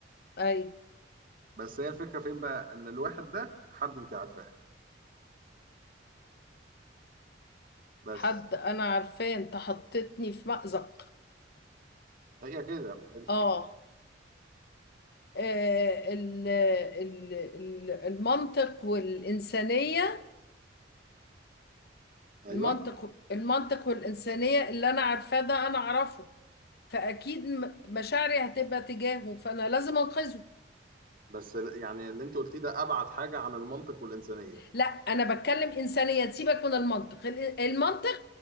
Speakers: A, on the left; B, on the right.
A: اي
B: بس هي الفكره فين بقى ان الواحد ده حد انت عارفاه بس
A: حد انا عارفاه انت حطيتني في مأزق
B: هي كده هي دي الفكرة.
A: اه آه، ال- ال- ال- المنطق والإنسانية
B: ايوه
A: المنطق المنطق والإنسانية اللي أنا عارفاه ده أنا أعرفه فأكيد م- مشاعري هتبقى تجاهه فأنا لازم أنقذه
B: بس ال- يعني اللي انت قلتيه ده ابعد حاجه عن المنطق والانسانيه
A: لا أنا بتكلم إنسانية سيبك من المنطق ال- المنطق